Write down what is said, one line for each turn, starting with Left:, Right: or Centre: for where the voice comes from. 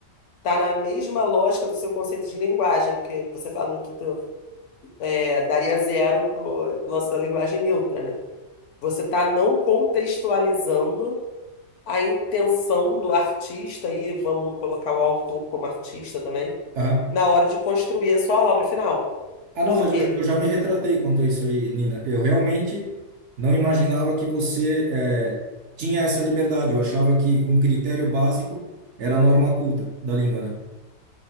Left: está na mesma lógica do seu conceito de linguagem, que você falou aqui é, daria zero pro lance da linguagem neutra, né? Você está não contextualizando a intenção do artista, e vamos colocar o autor como artista também,
Right: Ah,
Left: na hora de construir a sua obra final.
Right: ah,
Left: Por
Right: não, mas
Left: quê?
Right: eu, eu já me retratei quanto a isso aí, Nina. Eu realmente não imaginava que você eh, tinha essa liberdade. Eu achava que um critério básico era a norma culta da língua, né?